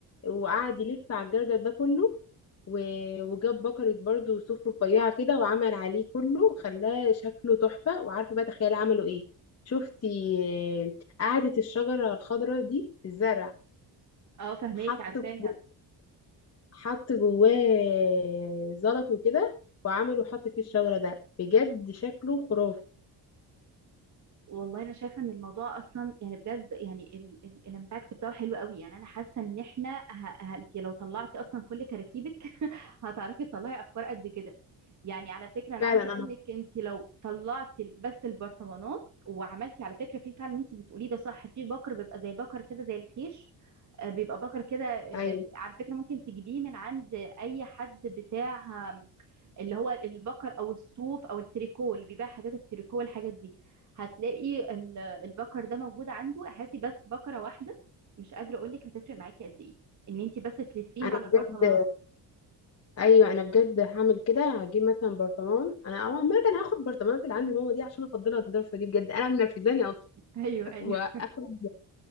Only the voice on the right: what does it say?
اه فهماكي
عارفاها
والله انا شايفه ان الموضوع اصلا يعني بجد يعني الامباكت بتاعه حلو قوي يعني انا حاسه ان احنا انت لو طلعتي اصلا كل كراكيبك <laughs> هتعرفي تطلعي افكار قد كده يعني على فكره انا
عايزه
اقول لك انت لو طلعتي بس البرطمانات وعملتي على فكره في فعلا اللي انت بتقوليه ده صح في بكر بيبقى زي بكر كده زي الخيش آه، بيبقى بكر كده آه،
على فكره ممكن تجيبيه من عند اي حد بتاع اللي هو البكر او الصوف او التريكو اللي بيبيع حاجات التريكو والحاجات دي هتلاقي ال- البكر ده موجود عنده هاتي بس بكرة واحدة مش قادرة اقول لك هتفرق معاكي قد ايه ان انت بس تلفيها
على
البرطمانات
<laughs> ايوه ايوه